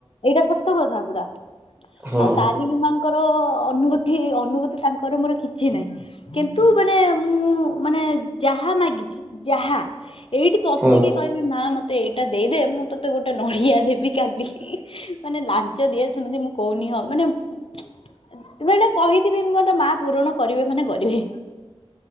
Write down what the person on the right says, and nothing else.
ହଁ
ହଁ
<inaudible>